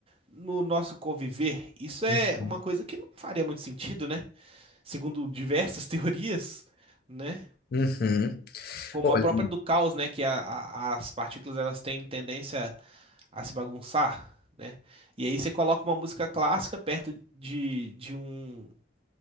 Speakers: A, on the right; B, on the left.
A: no nosso conviver. Isso é
B: Uhum.
A: uma coisa que não faria muito sentido, né? segundo diversas <laughs> teorias, né?
B: Uhum.
A: Como
B: Olha,
A: a própria do caos, né? Que a- a- as partículas elas têm tendência a se bagunçar, né? E aí você coloca uma música clássica perto de, de um